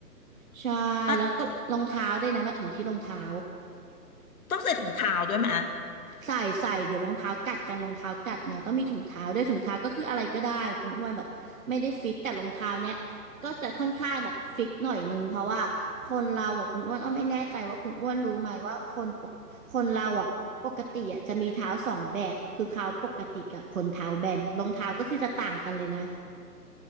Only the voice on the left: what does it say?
อ่ะต้องใส่ถุงเท้าด้วยไหม